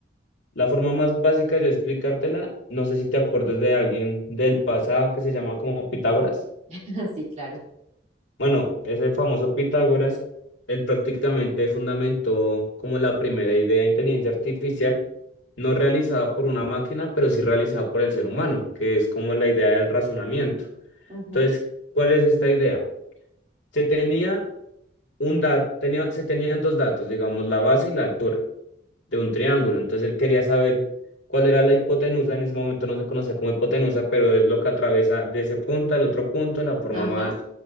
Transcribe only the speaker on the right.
<laughs> sí, claro.
Ujú,
Ajá,